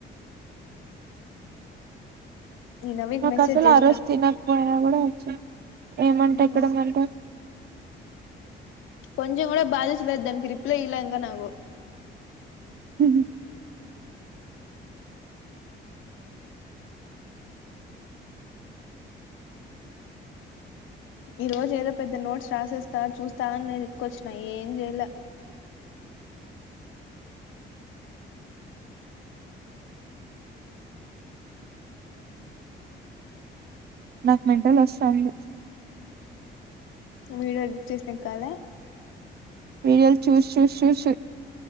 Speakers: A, on the left; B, on the right.
A: ఈ నవీకి
B: నాకు
A: మెసేజ్
B: అసలు
A: చేసిన
B: ఆ రోజు తినకపోయినా కూడా వచ్చ ఏమంటా
A: "మ్,
B: ఎక్కడుందంట
A: కొంచెం కూడా బాధ్యత లేదు దానికి రిప్లై ఇలా ఇంకా నాకు
B: హ
A: ఈ రోజు ఏదో పెద్ద నోట్స్ రాసేస్తా చూస్తా అని నేను ఎతుకొచ్చినా ఏం చేయలే
B: నాకు మెంటల్ వస్తాంది
A: వీడియో ఎడిట్ చేసినా కాలా
B: వీడియోలు చూసి చూసి చూసు